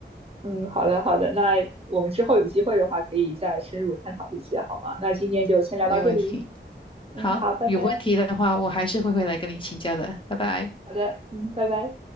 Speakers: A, on the right (about 30°); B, on the left (about 25°).
A: 嗯，好的好的，那我们之后有机会的话，可以再深入探讨这些，好吗？那今天就先聊到这里。
B: 没问题。
A: 嗯，
B: 好，
A: 好，拜拜。
B: 有问题的话，我还是会回来跟你请教的，拜拜。
A: 好的，嗯，拜拜。